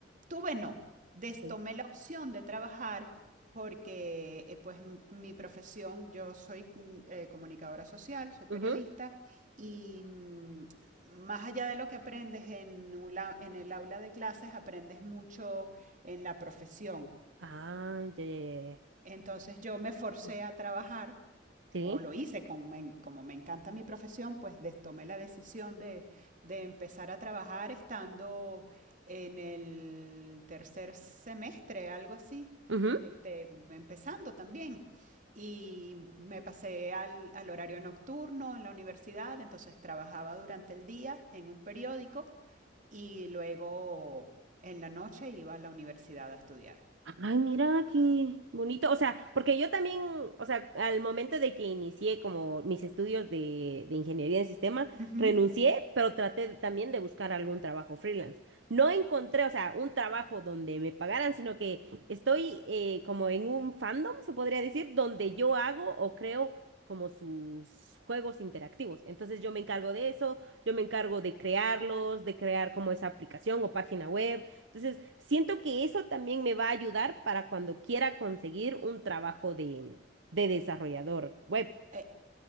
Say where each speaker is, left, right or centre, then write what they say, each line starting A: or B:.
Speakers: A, on the right; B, on the right.
A: tuve no, destomé
B: sí.
A: la opción de trabajar porque eh, pues m- mi profesión, yo soy mm, eh, comunicadora social, soy periodista
B: ujú.
A: y mm, más allá de lo que aprendes en, un en el aula de clases, aprendes mucho en la profesión.
B: Ah, ya, ya, ya. ya.
A: Entonces yo me forcé
B: <clears throat>
A: a trabajar,
B: Sí.
A: o lo hice, con, me como me encanta mi profesión, pues des- tomé la decisión de, de empezar a trabajar estando en el tercer semestre, algo así,
B: ujú.
A: este, empezando también. Y me pasé al, al horario nocturno en la universidad, entonces trabajaba durante el día en un periódico y luego en la noche iba a la universidad a estudiar.
B: Ay, mira qué bonito. O sea, porque yo también, o sea, al momento de que inicié como mis estudios de, de ingeniería en sistema,
A: Ujú.
B: renuncié, pero traté de- también de buscar algún trabajo freelance. No encontré, o sea, un trabajo donde me pagaran, sino que estoy eh, como en un fandom, se podría decir, donde yo hago o creo como sus juegos interactivos. Entonces yo me encargo de eso, yo me encargo de crearlos, de crear como esa aplicación o página web. Entonces, siento que eso también me va a ayudar para cuando quiera conseguir un trabajo de, de desarrollador web
A: Eh,